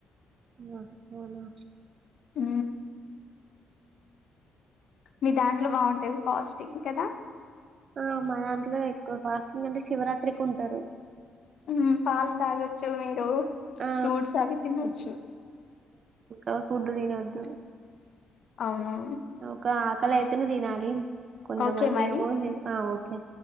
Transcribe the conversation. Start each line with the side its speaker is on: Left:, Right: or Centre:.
Right: ఉ హోనా
Left: ఊ మీ దాంట్లో బాగుంటది పాస్టింగ్ కదా
Right: హ మా దాంట్లో ఎక్కువ ఫాస్టింగ్ అంటే శివరాత్రికి ఉంటరు.
Left: ఉమ్ పాలు తాగొచ్చు మీరు
Right: ఆ
Left: ఫ్రూట్స్ అవి తినొచ్చు
Right: అ ఫుడ్ తినద్దు.
Left: అవును
Right: ఒక ఆకలి అయితేనే తినాలి, కొంతమంది
Left: ఓకే మరి
Right: ఏమో, ఆ ఓకే